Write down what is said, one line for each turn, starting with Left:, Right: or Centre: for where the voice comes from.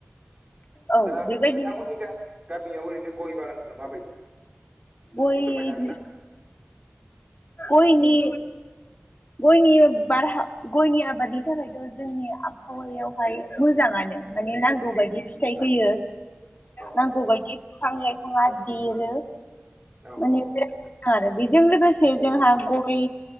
Left: औ
Right: दा
Left: बेबायदिनो
Right: नोंथांमोननिखा गामियाव ओरैनो गय बागानफ्रा माबायदि एसे
Left: गय
Right: फोरमायनो हागोन आंनो?
Left: गयनि गयनि बारहा गयनि आबादनि थाखायथ' जोंनि आबहावायावहाय मोजाङानो माने नांगौ बायदि फिथाइ होयो।
Right: अ
Left: नांगौ बायदि बिफां लाइफांङा देरो
Right: औ
Left: माने
Right: औ
Left: बेराद आरो बेजों लोगोसे जोंहा गय